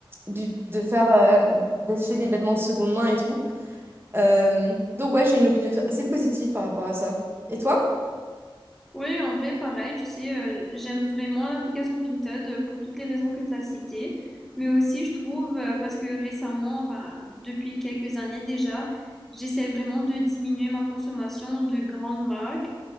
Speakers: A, on the right; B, in the centre.
A: du- de faire euh, d'acheter des vêtements de seconde main et tout. Euh, donc ouais, j'ai une opinion assez positive par rapport à ça. Et toi?
B: Oui, en vrai, pareil, tu sais, euh, j'aime vraiment l'application Vinted euh, pour toutes les raisons que tu as citées, mais aussi je trouve, euh, parce que récemment, enfin depuis quelques années déjà, j'essaie vraiment de diminuer ma consommation de grandes marques,